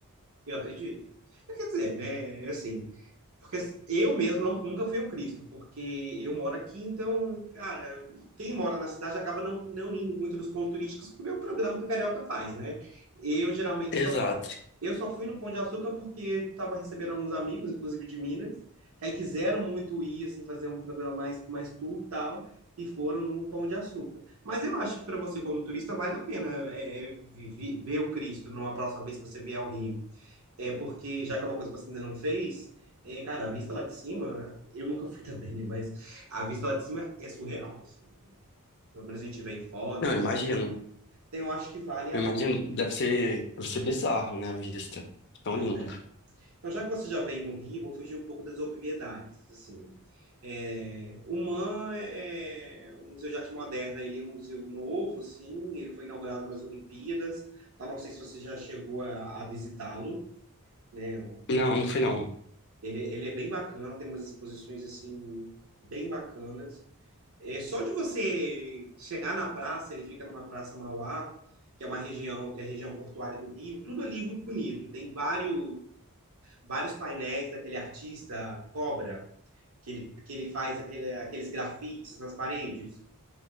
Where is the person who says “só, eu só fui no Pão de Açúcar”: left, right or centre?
Right